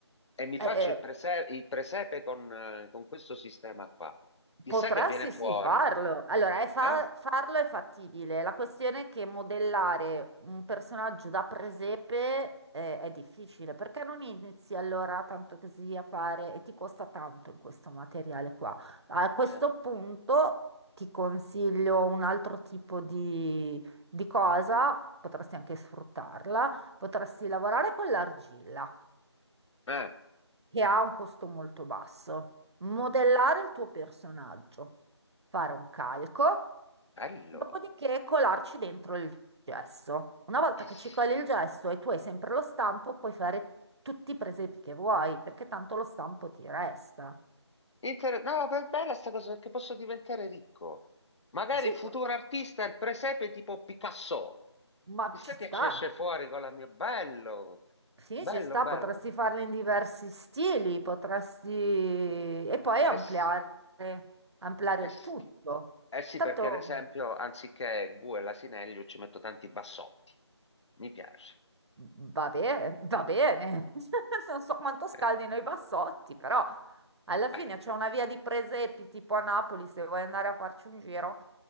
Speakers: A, on the left (about 70°); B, on the right (about 65°).
A: e mi faccio
B: eh,
A: il,
B: eh,
A: prese- il presepe con, eh, con questo sistema qua. Chissà
B: Potresti
A: che viene fuori.
B: sì sì, farlo. Allora, è fa-
A: Bello.
B: farlo è fattibile. La questione è che modellare un personaggio da presepe eh, è difficile. Perché non inizi allora tanto così a fare e ti costa tanto in questo materiale qua? A questo
A: Eh,
B: punto ti consiglio un altro tipo di, di cosa, potresti anche sfruttarla, potresti lavorare con l'argilla
A: eh,
B: che ha un costo molto basso. Modellare il tuo personaggio, fare un calco,
A: bello.
B: dopodiché colarci dentro il gesso. Una volta
A: Chiss-
B: che ci coli il gesso e tu hai sempre lo stampo, puoi fare tutti i presepi che vuoi, perché tanto lo stampo ti resta.
A: Inter- no, per bella sta cosa perché posso diventare ricco. Magari
B: Sì,
A: futuro
B: po-
A: artista è il presepe tipo Picasso.
B: ma
A: Chissà
B: ci
A: che
B: sta.
A: ci esce fuori con la mia. Bello,
B: Sì,
A: bello,
B: ci sta,
A: bello.
B: potresti farle in diversi stili, potresti... e poi
A: Eh
B: ampliare,
A: sì,
B: ampliare
A: eh
B: il
A: sì.
B: tutto.
A: Eh sì,
B: Tanto...
A: perché ad esempio, anziché il bue e l'asinello, ci metto tanti bassotti. Mi piace.
B: Va bene, va bene. <laughs> Non so quanto scaldino
A: Eh,
B: i bassotti, però alla fine
A: bello,
B: c'è
A: bello.
B: una via di presepi tipo a Napoli, se vuoi andare a farci un giro,